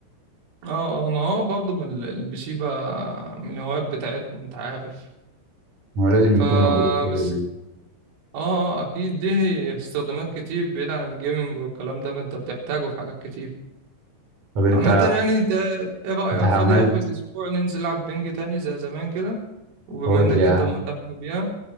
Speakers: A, on the right; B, on the right.
A: اه اه ما هو برضو من ال- البي سي بقى من الهوايات بتاعتنا انت عارف
B: هو لازم
A: فبس
B: يكون موجود في كل بيت
A: اه اه اكيد ليه استخدامات كتير بعيد عن الجيمنج والكلام ده فانت بتحتاجه في حاجات كتير
B: طب انت
A: عامة يعني انت ايه رأيك
B: انت عملت
A: فاضي اخر الاسبوع ننزل نلعب بنج تاني زي زمان كده وبما
B: فاضي
A: انك
B: يا
A: انت
B: عم
A: مهتم بيها